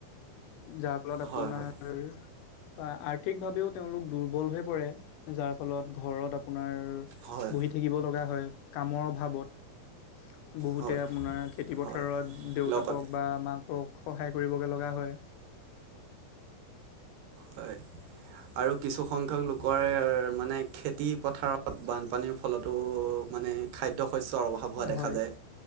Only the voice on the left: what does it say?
যাৰ ফলত আপোনাৰ
বা আৰ্থিক ভাৱেও তেওঁলোক দুৰ্বল হৈ পৰে যাৰ ফলত ঘৰত আপোনাৰ
বহি থাকিব লগা হয়। কামৰ অভাৱত বহুতে
আপোনাৰ খেতি
পথাৰত দেউতাকক
বা মাকক সহায় কৰিবগে লগা হয়
হয়